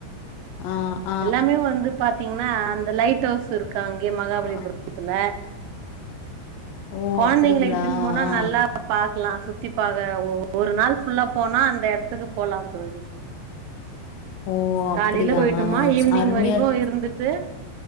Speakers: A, on the left; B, on the right.
A: ஆ அ
B: எல்லாமே வந்து பாத்தீங்ன்னா அந்த லைட் ஹவுஸ் இருக்கு அங்கேயே மகாபலிபுரத்துல
A: ஆ, ஓ
B: கொழந்தைங்கள
A: அப்டிங்களா
B: இட்டுன்னு போனா
A: ஆ
B: நல்லா பாக்கலா சுத்தி பாக ஒ ஒரு நாள் ஃபுல்லா போனா அந்த எடத்துக்கு போலா தோழி
A: ஓ
B: காலையில
A: அப்டியா
B: போய்ட்டோமா ஈவினிங்
A: அருமையா
B: வரைக்கு
A: இருக்கு
B: இருந்துட்டு